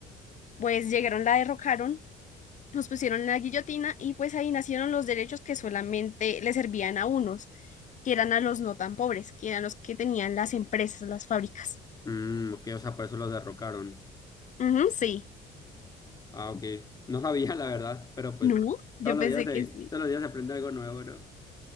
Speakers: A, on the left (about 45°); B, on the left (about 20°).
A: pues llegaron, la derrocaron, nos pusieron en la guillotina y pues ahí nacieron los derechos que solamente le servían a unos, que eran a los no tan pobres, que eran los que tenían las empresas, las fábricas.
B: Mm, ok, o sea, por eso los derrocaron.
A: Ujú, sí.
B: Ah, ok. No sabía, <laughs> la verdad, pero pues
A: No, yo
B: todos los
A: pensé
B: días se,
A: que sí.
B: todos los días se aprende algo nuevo, ¿no?